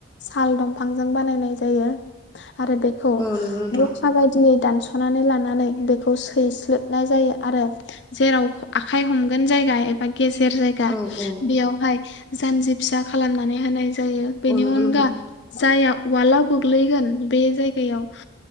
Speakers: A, on the left; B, on the left.
A: साल दं बिफांजों बानायनाय जायो। आरो बेखौ
B: औ नंगौ नोंथां
A: जखा बायदियै। दानस'नानै लानानै बेखौ सैस्लोबनाय जायो आरो जेराव आखाइ हमगोन जायगा एबा गेजेर जायगा
B: औ औ
A: बेयावहाय जानजि फिसा खालामनानै होनाय जायो बेनि
B: औ नंगौ
A: उनगा
B: नोंथां
A: जाया वालाव गोग्लैगोन बे जायगायाव